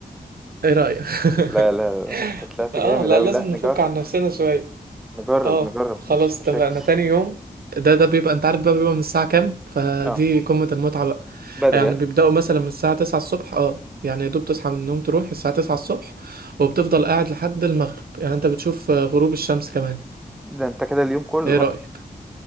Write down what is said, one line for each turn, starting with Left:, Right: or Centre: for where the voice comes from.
Right: ايه رأيك <laughs>
Centre: لا لا لا انت طلعت
Right: اه
Centre: جامد
Right: لا
Centre: اوي
Right: لازم
Centre: لا
Right: نفك
Centre: نجرب
Right: عن نفسنا شوية
Centre: نجرب
Right: اه
Centre: نجرب
Right: خلاص
Centre: مفيش
Right: اتفقنا
Centre: مشاكل
Right: تاني يوم ده ده بيبقى انت عارف بقى بيبقى من الساعة كام فدي
Centre: اه
Right: قمة المتعة بقى
Centre: بدري
Right: يعني
Centre: اه
Right: بيبدأوا مثلا من الساعة 9 الصبح اه يعني يا دوب تصحى من النوم تروح الساعة 9 الصبح وبتفضل قاعد لحد المغرب يعني انت بتشوف آه، غروب الشمس كمان
Centre: ده انت كده اليوم كله
Right: ايه
Centre: بقى
Right: رأيك